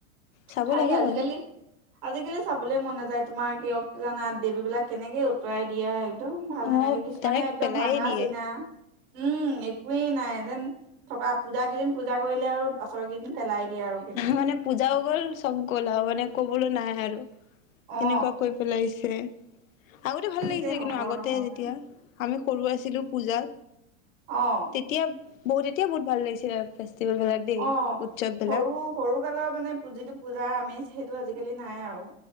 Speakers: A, on the left (about 80°); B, on the right (about 45°).
A: চাব
B: খালি
A: লাগে
B: আজিকালি
A: বাৰু
B: আজিকালি চাবলৈ মন নাযায় তোমাৰ কিয় জানা দেৱী বিলাক কেনেকে উতুৱাই দিয়া একদম ভাল
A: অ
B: নালাগে কিছুমানে
A: ডাইৰেক্ট
B: একদম
A: পেলাইয়ে
B: ভাঙা
A: দিয়ে
B: চিঙা উম একোৱেই নাই যেন থকা পূজা কেইদিন পূজা কৰিলে আৰু পাছৰ কেইদিন পেলাই দিয়ে আৰু তেনেকে
A: মানে পূজাও গ'ল চব গ'ল আৰু মানে কবলৈ নাই আৰু
B: অ
A: তেনেকুৱা কৈ পেলাইছে আগতে ভাল
B: কি
A: লাগিছে
B: যে হব
A: কিন্তু আগতে
B: নহয়
A: যেতিয়া আমি সৰু আছিলোঁ পূজাত
B: অহ
A: তেতিয়া বহুত এতিয়া বহুত ভাল লাগিছিলে ফেষ্টিবেল বিলাক দেই
B: অ
A: বিলাক
B: সৰু সৰু কালৰ মানে যিটো পূজা আমি সেইটো আজিকালি নাই আৰু